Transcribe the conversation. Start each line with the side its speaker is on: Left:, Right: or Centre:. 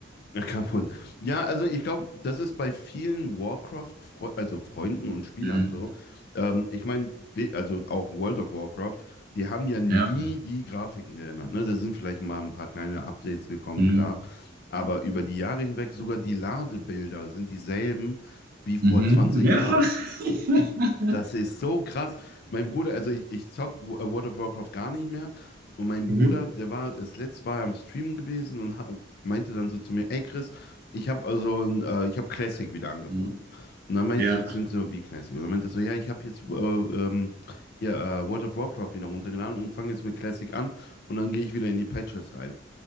Left: Ja, kaputt. Ja, also ich glaube, das ist bei vielen Warcraft, Fre- also Freunden und Spielern
Right: Mhm.
Left: so. Ähm, ich meine, also auch World of Warcraft, die haben ja nie
Right: Ja.
Left: die Grafiken geändert. Ne? Da sind vielleicht mal ein paar kleine Updates gekommen,
Right: Mhm.
Left: klar. Aber über die Jahre hinweg sogar die Ladebilder sind dieselben wie vor
Right: Mhm.
Left: 20
Right: Ja.
Left: Jahren.
Right: <laughs>
Left: Das ist so krass. Mein Bruder, also ich, ich zock Wo- äh, World of Warcraft gar nicht mehr. Und mein Bruder,
Right: Mhm.
Left: der war, das letzte Mal am Stream gewesen und ha- meinte dann so zu mir, ey Chris, ich habe also, ein, äh, ich habe Classic wieder angefangen.
Right: Mhm.
Left: Und dann meinte
Right: Ja.
Left: ich so zu ihm so, wie Classic? Und dann meinte er so, ja, ich habe jetzt äh, ähm, hier äh, World of Warcraft wieder runtergeladen und fange jetzt mit Classic an und dann gehe ich wieder in die Patches rein.